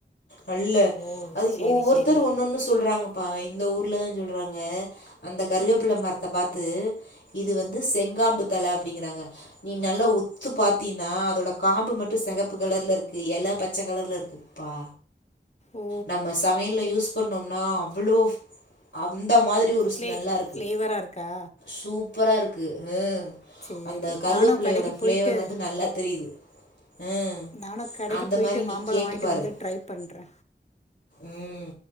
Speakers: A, on the left (about 80°); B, on the left (about 35°).
A: நல்ல
B: ஓ
A: அது
B: சேரி
A: ஒவ்வொருத்தர்
B: சேரி
A: ஒன்னொன்னு சொல்றாங்கப்பா இந்த ஊர் நல்லத சொல்றாங்க அந்த கருகப்ள
B: ம்
A: மரத்த பார்த்து இது வந்து செங்காம்புத் தல அப்டிங்கிறாங்க நீ நல்லா உத்து பாத்தீனா அதோட காம்பு மட்டு செகப்பு கலர்ல இருக்கு எல பச்ச கலர்ல இருக்குப்பா
B: ஓ
A: நம்ம சமையல்ல யூஸ் பண்ணம்னா அவளோ அந்த மாரி ஒரு
B: ஃப்ளே
A: ஸ்மெல்லா இருக்கு
B: ஃப்ளேவரா இருக்கா
A: சூப் சூப்பரா இருக்குகூ ம்
B: சேரி
A: அந்த கருகப்லையோட
B: நானு கடைக்கு
A: பிளேவர்
B: போயிட்டு
A: வந்து நல்லா தெரியுது ம்.
B: நானு கடைக்கு
A: அந்த
B: போய்ட்டு
A: மாரி
B: மாம்பழ
A: நீ கேட்டு
B: வாங்கிட்டு
A: பாரு.
B: வந்து ட்ரை பண்றே
A: ம்